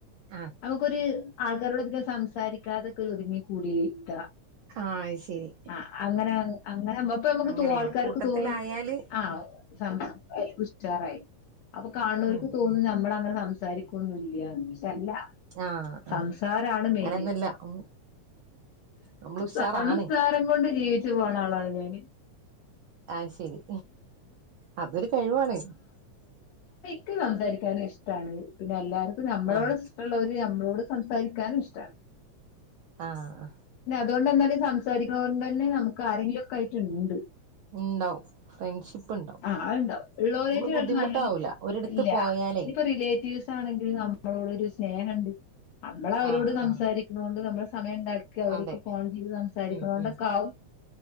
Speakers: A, on the right; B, on the left.
A: ആഹ്
B: നമക്കൊരു ആൾക്കാരോട് അധികം സംസാരിക്കാതൊക്കെ ഒരു ഒതുങ്ങി കൂടിയിട്ട
A: ആഹ് അത് ശരി
B: ആ അങ്ങനെ അങ്ങനെ നമുക്ക്
A: അങ്ങനെയാണ്
B: തോ ആൾക്കാർക്ക്
A: കൂട്ടത്തിലായാല്
B: തോന്നും ആ സംസ് ഉഷാറായി അപ്പൊ കാണുന്നോർക്ക്
A: ഉം
B: തോന്നുന്നു
A: ഉം
B: നമ്മൾങ്ങനെ സംസ് സാരിക്കൊന്നുല്ല അല്ലാ
A: ആഹ്
B: സംസാരാണ്
A: ആഹ്
B: മെയിന്
A: അങ്ങനെയൊന്നുല്ല ഉം നമ്മള് ഉഷാറാണ്
B: സംസാരം കൊണ്ട് ജീവിച്ചു പോണ ആളാണ് ഞാൻ എ
A: ആ ശെരി അതൊരു കഴിവാണ്
B: ക്ക് സംസാരിക്കാൻ ഇഷ്ടാണ് പിന്നെ എല്ലാവർക്കും നമ്മളോട്
A: ആഹ്
B: ഇഷ്ടുള്ളവര് നമ്മളോട് സംസാരിക്കാനും ഇഷ്ടാണ്
A: ആ ആ
B: അതുകൊണ്ടെന്താടി സംസാരിക്ണൊണ്ട് ന്നെ നമുക്ക് ആരെങ്കിലും ഒക്കെ ആയിട്ട്ണ്ട്
A: ണ്ടാവും ഫ്രണ്ട്ഷിപ്പ് ഉണ്ടാവും
B: ആ അഹ്ണ്ടാവും ഉള്ളോരായിട്ട്
A: നമ്മള് ബുദ്ധിമുട്ടാവൂല
B: നല്ലൽ
A: ഒരിടത്ത്
B: ഇല്ല
A: പോയാലേ
B: ഞ്ഞിപ്പം റിലേറ്റീവ്സ് ആണെങ്കിൽ നമ്മളോട് ഒരു സ്നേഹം ണ്ട് നമ്മൾ അവരോട്
A: ആഹ്
B: സംസാരിക്കുന്നോണ്ട്
A: ആഹ്
B: നമ്മൾ സമയം ണ്ടാക്കി അവർക്ക്
A: അതെ
B: ഫോൺ ചെയ്ത് സംസാരിക്കുന്നോണ്ടൊക്കെ
A: ഉം ഉം
B: ആവും